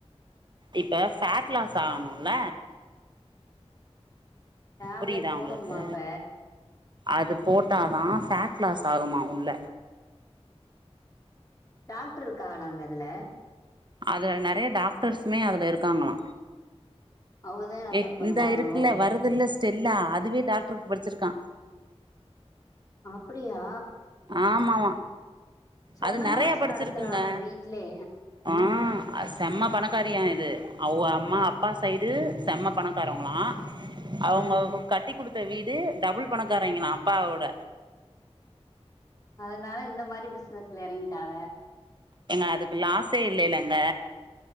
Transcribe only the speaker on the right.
இப்ப ஃபேட் லாஸ் ஆணுல்ல
புரியதா
உங்களுக்கு
அது போட்டாதா ஃபே ட் லாஸ் ஆகுமா உள்ள
அதுல நெறைய டாக்டர்ஸுமே அதுல இருக்காங்களா
ஏய்
இந்தா இருக்குல்ல வருதுல்ல ஸ்டெல்லா அதுவே டாக்டருக்கு படிச்சிருக்கா
ஆமாமா
அது நெறைய
படிச்சிருக்குங்க
ஆ அது செம்ம பணக்காரியா இது அவ அம்மா அப்பா சைடு செம்ம பணக்காரவங்களா அவுங்க
கட்டிக் குடுத்த வீடு டபுள் பணக்காரைங்களா அப்பாவோட
ஏங்க அதுக்கு லாஸே இல்லேல்லங்க